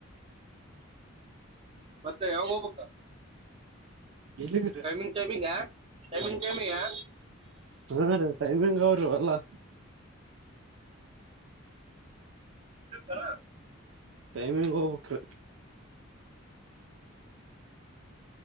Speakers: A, on the right; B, on the right.
A: ಮತ್ತೆ ಯಾವಾಗ ಹೋಗ್ಬೇಕ
B: ಎಲ್ಲಿದ್ರಿ
A: ಟೈಮಿಂಗ್ ಟಮಗ ಟೈಮಿಂಗ್ ಕೆಮಗಾ
B: ಹಾ ರೀ ಟೈಮಿಂಗ್ ಅವ್ರೀ ಅಲ್ಲಾ
A: ಆ
B: ಟೈಮಿಂಗ್ ಹೋಗ್ಬಕ್್ರ